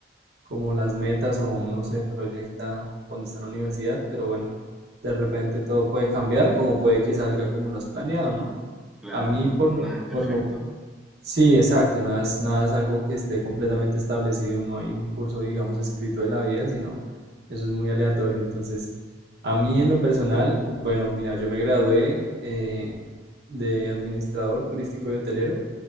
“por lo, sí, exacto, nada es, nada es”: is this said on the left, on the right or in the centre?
Right